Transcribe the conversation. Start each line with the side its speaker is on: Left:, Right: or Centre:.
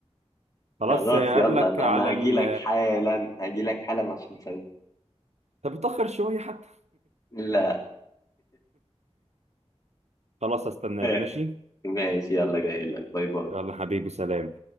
Right: خلاص
Left: خلاص
Right: اقابلك
Left: يلا انا
Right: على
Left: انا
Right: ال
Left: هجي لك حالا هجي لك حالا عشان اسوي
Right: طب اتاخر شويه حتى
Left: لا
Right: خلاص استناك
Left: <laughs>
Right: ماشي
Left: ماشي يلا جاي لك باي باي
Right: يلا حبيبي سلام